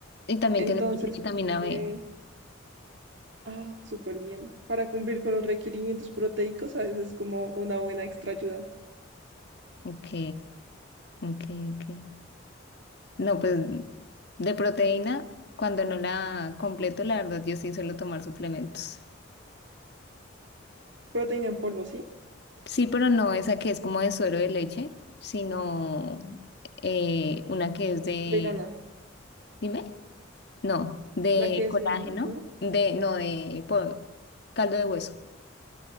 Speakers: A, on the left; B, on the right.
A: Y también
B: Entonces,
A: tiene mucha vitamina
B: como
A: B.
B: que, ah, súper bien. Para cumplir con los requerimientos proteicos, a veces es como una buena extra ayuda.
A: Ok, ok, ok. No, pues de proteína, cuando no la completo, la verdad, yo sí suelo tomar suplementos.
B: Proteína en polvo, ¿sí?
A: Sí, pero no esa que es como de suero de leche, sino eh, una que es de,
B: Vegana.
A: dime, no, de
B: La que es
A: colágeno,
B: vegana, ¿no?
A: de, no, de po- caldo de hueso,